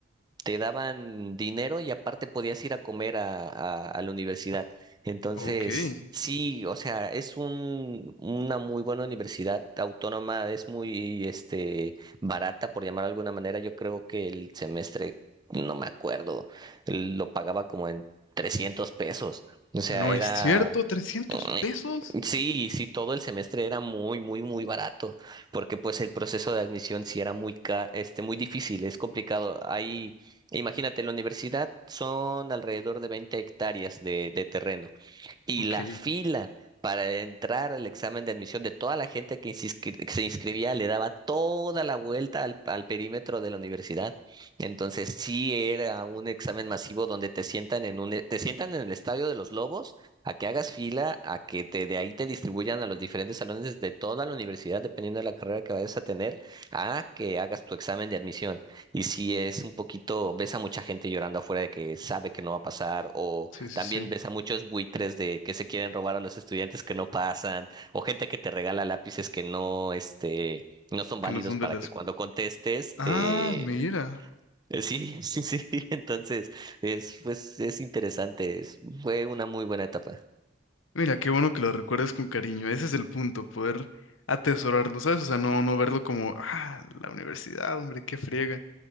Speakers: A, on the right; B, on the left.
A: te daban dinero y aparte podías ir a comer a, a- a la universidad. Entonces,
B: Ok.
A: sí, o sea, es un, una muy buena universidad autónoma, es muy este, barata, por llamar de alguna manera. Yo creo que el semestre, no me acuerdo, lo pagaba como en 300 pesos. O sea,
B: No
A: era
B: es cierto, trescientos
A: Mm,
B: pesos.
A: Sí, sí, todo el semestre era muy, muy, muy barato, porque pues el proceso de admisión sí era muy, ca- este, muy difícil, es complicado. Ahí, imagínate, la universidad son alrededor de 20 hectáreas de, de terreno y
B: Ok.
A: la fila para entrar al examen de admisión de toda la gente que se inscri- que se inscribía le daba toda la vuelta al, al perímetro de la universidad. Entonces sí era un examen masivo donde te sientan en un, te sientan en el Estadio de los Lobos a que hagas fila, a que te, de ahí te distribuyan a los diferentes salones de toda la universidad, dependiendo de la carrera que vayas a tener, a que hagas tu examen de admisión. Y si es un poquito, ves a mucha gente llorando afuera de que sabe que no va a pasar o
B: Sí, sí,
A: también
B: sí.
A: ves a muchos buitres de que se quieren robar a los estudiantes que no pasan, o gente que te regala lápices que no, este, no son válidos
B: Que no son
A: para
B: de la
A: que
B: escu-
A: cuando contestes
B: Ah,
A: te...
B: mira.
A: eh, Sí, <laughs> sí, sí. Entonces, es, pues, es interesante. es- fue una muy buena etapa.
B: Mira, qué bueno que lo recuerdes con cariño. Ese es el punto, poder atesorarlo, ¿sabes? O sea, no, no verlo como, ah, la universidad, hombre, qué friega.